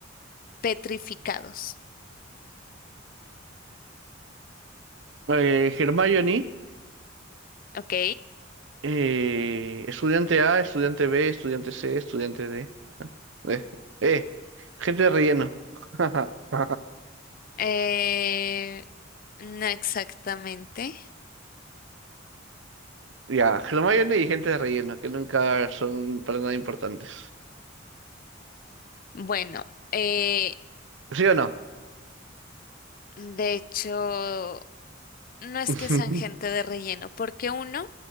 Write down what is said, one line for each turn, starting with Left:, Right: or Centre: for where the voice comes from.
Left: petrificados?
Right: Eh, Hermione,
Left: Ok,
Right: eh, estudiante A, estudiante B, estudiante C, estudiante D. Eh, eh, gente de relleno. <laughs>
Left: eh, no exactamente.
Right: Ya, Hermione y gente de relleno, que nunca son para nada importantes.
Left: Bueno, eh,
Right: ¿Sí o no?
Left: De hecho, no es
Right: <laughs>
Left: que sean gente de relleno, porque uno